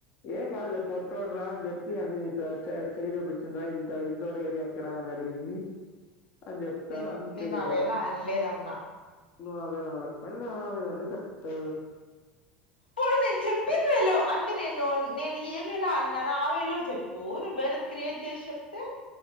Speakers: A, on the left (about 45°); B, on the left (about 75°).
A: ఏం గాదులే పొట్టోడురా అని చెప్పి అని చెయ్యి ఇంతోడు ఏరియా ఎక్కడ అని అడిగింది అని చెప్తా
B: నేను
A: అంతే
B: నేను
A: కదా
B: అవేలా అనలేదన్నా
A: నువ్వు ఆవేలో అనకపోయినా నేను ఆవేలోనే చెప్తా
B: ప నేను చెప్పిన వేలో అంటే నేను నేను ఏ వేలో అన్నానో ఆ వేలో చెప్పు నువ్వు వేరే క్రియేట్ చేసి చెప్తే